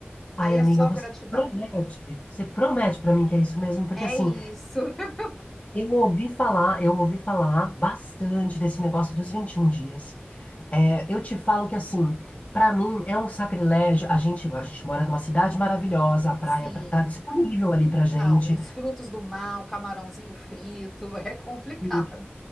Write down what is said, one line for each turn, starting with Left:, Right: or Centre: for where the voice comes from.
Centre: Aí
Left: Ai, amiga,
Centre: é só
Left: você
Centre: gratidão.
Left: promete, você promete pra mim que é isso mesmo, porque
Centre: É
Left: assim,
Centre: isso. <laughs>
Left: eu ouvi falar, eu ouvi falar bastante desse negócio dos 21 dias. É, eu te falo que assim, pra mim é um sacrilégio. A gente, a gente mora numa cidade maravilhosa, a praia
Centre: Sim.
Left: pra- tá disponível ali pra gente.
Centre: Não, os frutos do mar, o camarãozinho frito, <laughs> é complicado.
Left: E-